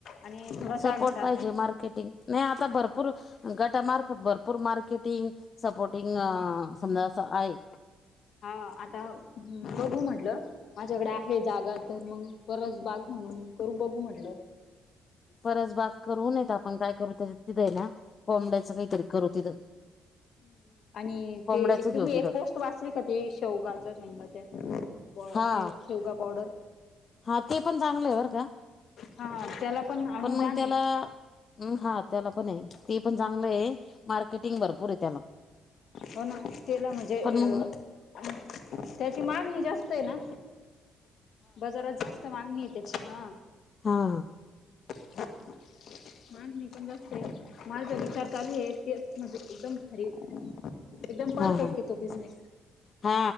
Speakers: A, on the left; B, on the left.
A: आणि थोडसा
B: सपोर्ट
A: घरातून.
B: पाहिजे मार्केटिंग. नाही आता भरपूर. गटामार्फत भरपूर मार्केटिंग सपोर्टिंग समजा असं आहे.
A: हा आता बघू म्हटलं. माझ्याकडे आहे जागा तर मग परस बाग म्हणून करू बघू म्हटलं.
B: परस बाग करु न येत आपण काय करू त्याच्यात तिथं आहे ना कोंबड्याचं काहीतरी करू तिथं.
A: हम्म. आणि
B: कोंबड्याचं
A: ते
B: घेऊ
A: तुम म्ही
B: तिथं
A: एक पोस्ट वाचली का ते शेवगाच्या शैंगाच्या. प
B: हा
A: शे शेवगा पावडर.
B: हा ते पण चांगलं आहे वर का.
A: हा हा त्याला. अनुदान
B: पण मग त्याला.
A: आहे
B: हम्म हा त्याला पण आहे ते पण चांगलं आहे मार्केटिंग भरपूर आहे त्याला.
A: हो ना तेला म्हणजे
B: पण मग
A: अ त्याची मागणी जास्त आहे ना. बाजारात जास्त मागणी आहे त्याची ह.
B: हा हा
A: हा मग मी पण घासते. मला जर विचार चालू हे तेच म्हणजे एकदम भारी एकदम
B: हा
A: परफेक्ट
B: हा
A: आहे तो बिझनेस.
B: हा